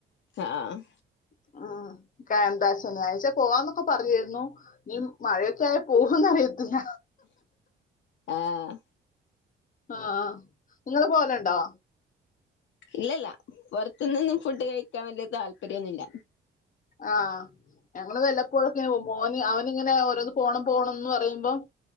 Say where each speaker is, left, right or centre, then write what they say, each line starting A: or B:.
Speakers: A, on the left (about 70°); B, on the left (about 40°).
A: ആഹ്
B: <unintelligible> ശനിയാഴ്ച പോവാന്നൊക്കെ പറഞ്ഞിരുന്നു ഇനി മഴയൊക്കെ പോവൊന്നറിയത്തില്ല
A: ആഹ്
B: ആഹ് ഇങ്ങള് പോവല്ണ്ടോ
A: ഇല്ലല്ല പൊറത്ത്ന്നൊന്നും ഫുഡ് കഴിക്കാൻ വല്യ താല്പര്യോന്നില്ല
B: ആഹ് ഞങ്ങള് വെല്ലപ്പോഴൊക്കിങ്ങനെ പോവും മോന് അവനിങ്ങനെ ഓരോന്ന് പോണം പോണംന്ന് പറയുമ്പോം